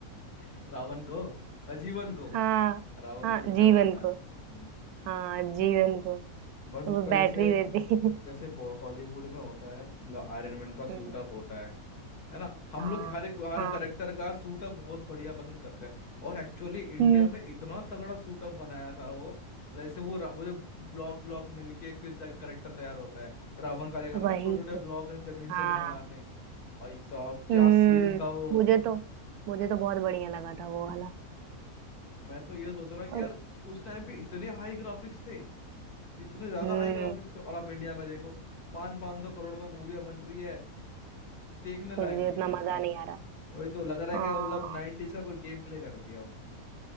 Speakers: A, on the left; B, on the right.
A: <laughs> रावण को आजीवन को
B: हाँ
A: रावण
B: हाँ
A: तो विलन
B: जीवन
A: होता
B: को
A: है हम्म
B: हाँ जीवन को
A: बट
B: वो
A: उसका
B: बैटरी
A: जैसे
B: देती है।
A: जैसे बो- हॉलीवुड में होता है मतलब आयरन मैन का सूट
B: हम्म,
A: अप होता है है ना हम
B: हाँ
A: लोग हर एक हर
B: हाँ
A: करेक्टर का सूट अप बहुत बढ़िया पसंद करते हैं और एक्चुअली इंडिया
B: हम्म
A: में इतना तगड़ा सूट अप बनाया था वो जैसे वो रा- वो जो ब्लॉक ब्लॉक मिलके फिर जाके करेक्टर तैयार होता है रावण का देखा
B: वही
A: था ना छोटे छोटे
B: तो
A: ब्लॉक जमीन
B: हाँ
A: से निकल आते हैं भाई साहब क्या
B: हम्म
A: सीन था वो
B: मुझे तो मुझे तो बहुत बढ़िया लगा था वो वाला
A: मैं तो ये सोच रहा हूँ कि
B: और
A: यार उस टाइम पे इतने हाई ग्राफिक्स थे इतने ज्यादा
B: हम्म
A: हाई ग्राफिक्स थे और अब इंडिया में देखो पाँच पाँच सौ करोड़ में मूवियाँ बन रही है देखने
B: कुछ
A: लायक
B: भी
A: नहीं
B: उतना
A: है भाई
B: मजा
A: साहब
B: नहीं आ रहा
A: वही तो लग रहा है
B: हाँ
A: कि मतलब नाइनटीज का कोई गेम प्ले कर दिया हो